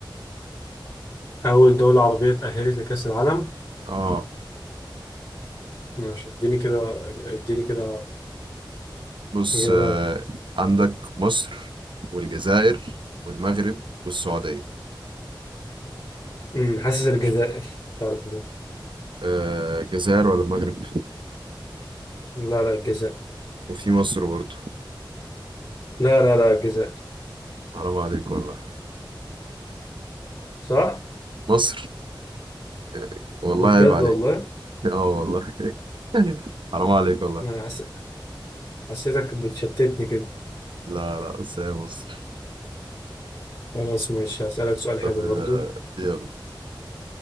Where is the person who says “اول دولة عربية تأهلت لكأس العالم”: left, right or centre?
Left